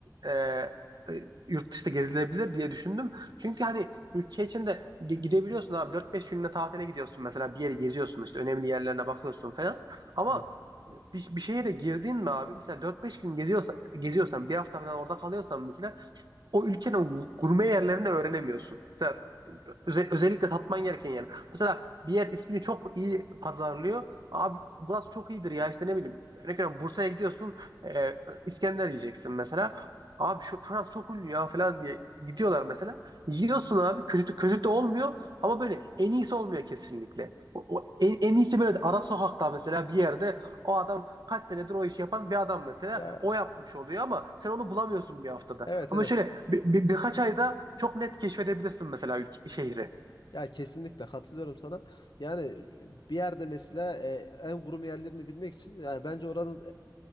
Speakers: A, on the right (about 70°); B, on the left (about 80°).
A: e, e, yurt dışında gezilebilir diye düşündüm. Çünkü hani Ülke içinde gi- gidebiliyorsun abi. dört beş gününe tatile gidiyorsun mesela bir yere geziyorsun işte önemli yerlerine bakıyorsun falan. Ama
B: Evet.
A: e, bir, bir şehre girdin mi abi mesela dört beş gün geziyorsan, geziyorsan bir hafta falan orada kalıyorsan mesela o ülkenin gu- gurme yerlerini öğrenemiyorsun. Mesela, öze- özellikle tatman gereken yer. Mesela bir yer ismini çok iyi pazarlıyor. Abi burası çok iyidir ya işte ne bileyim. Örnek veriyorum Bursa'ya gidiyorsun e, İskender yiyeceksin mesela. Abi şu, şurası çok ünlü ya falan diye gidiyorlar mesela. Yiyorsun abi kötü kötü de olmuyor ama böyle en iyisi olmuyor kesinlikle. O, o en, en iyisi böyle ara sokakta mesela bir yerde o adam kaç senedir o işi yapan bir adam mesela.
B: Ya
A: O yapmış oluyor ama sen onu bulamıyorsun bir haftada.
B: evet
A: Ama
B: evet.
A: şöyle bir bi- birkaç ayda çok net keşfedebilirsin mesela ülke, şehri.
B: Ya kesinlikle katılıyorum sana. Yani bir yerde mesela e, en kurum yerlerini bilmek için yani bence oranın